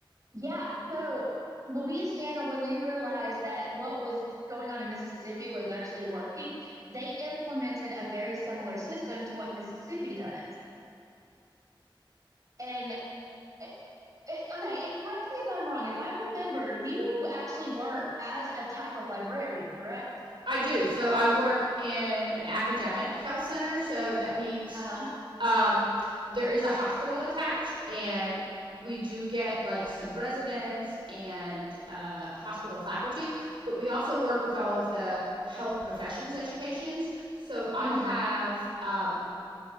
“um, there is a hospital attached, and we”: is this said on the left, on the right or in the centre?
Right